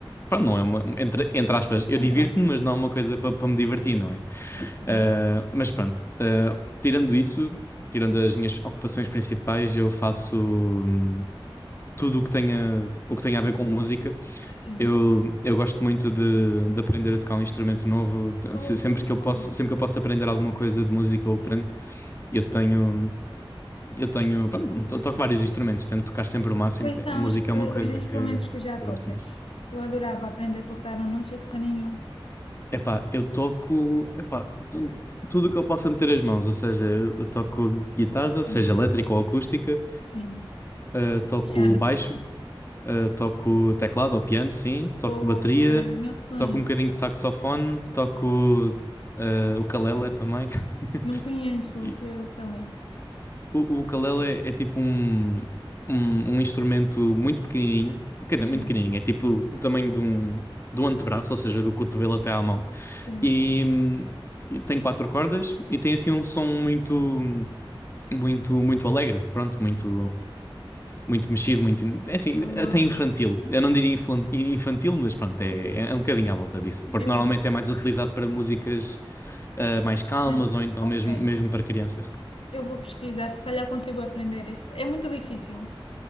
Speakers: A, on the left; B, on the left.
A: Pronto, não é uma... Entre, entre aspas, eu divirto-me,
B: Entre aspas.
A: mas não é uma coisa para para me divertir, não é?
B: Ok.
A: Eh, mas pronto, eh, tirando isso... Tirando as minhas ocupações principais, eu faço. hum, tudo o que tenha, o que tenha a ver com música.
B: Sim.
A: Eu, eu gosto muito de, de aprender a tocar um instrumento novo.
B: Oh,
A: Se- Sempre
B: boa.
A: que eu posso, sempre que eu posso aprender alguma coisa de música, eu aprendo. Eu tenho, eu tenho, pronto, to- toco vários instrumentos, tento tocar sempre o máximo.
B: Quais são
A: Música
B: os, que,
A: é uma coisa
B: os instrumentos
A: que
B: que já tocas?
A: eu gosto mais.
B: Eu adorava aprender a tocar, eu não sei tocar nenhum.
A: Epá, eu toco, epá, tu- tudo o que eu possa meter as mãos, ou seja, eu eu toco guitarra,
B: <laughs>
A: seja elétrica ou acústica,
B: Sim.
A: eh, toco
B: Piano.
A: baixo, Uh, toco teclado ou piano, sim. Toco
B: Boa.
A: bateria.
B: Meu sonho.
A: Toco um bocadinho de saxofone. Toco eh, o ukulele também. <laughs>
B: Não conheço
A: E
B: o que é o calenda.
A: o, o ukulele é é tipo um, um, um instrumento muito pequenininho. Quer
B: Sim.
A: dizer, muito pequenininho. É tipo o tamanho de um, do antebraço, ou seja, do cotovelo até à mão.
B: Sim.
A: E hum, tem quatro cordas e tem assim um som muito, muito, muito alegre. Pronto, muito. muito mexido, muito. in- É assim,
B: Boa.
A: até infantil. Eu não diria inflan- infantil, mas pronto, é, é um bocadinho à volta disso. Porque
B: Eu
A: normalmente
B: vou.
A: é mais utilizado para músicas ah, mais calmas
B: Mas,
A: ou então
B: ok.
A: mesmo, mesmo para crianças.
B: Eu vou pesquisar, se calhar consigo aprender esse. É muito difícil.